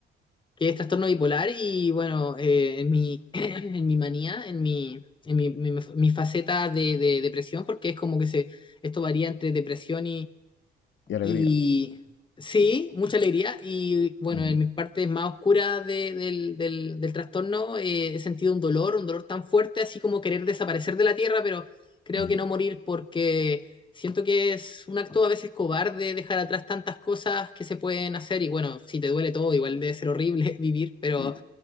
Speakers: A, on the left; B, on the left.
A: que es trastorno bipolar y bueno, eh, en mi, <clears throat> en mi manía, en mi, en mi, mi- mi faceta de, de depresión, porque es como que se, esto varía entre depresión
B: y alegría.
A: y sí, mucha alegría. Y bueno,
B: Ujú,
A: en mis partes más oscuras de- del, del- del trastorno eh, he sentido un dolor, un dolor tan fuerte, así como querer desaparecer de la tierra, pero creo
B: ujú.
A: que no morir porque siento que es un acto a veces cobarde dejar atrás tantas cosas que se pueden hacer. Y bueno, si te duele todo, igual debe ser horrible <laughs> vivir, pero
B: Sí.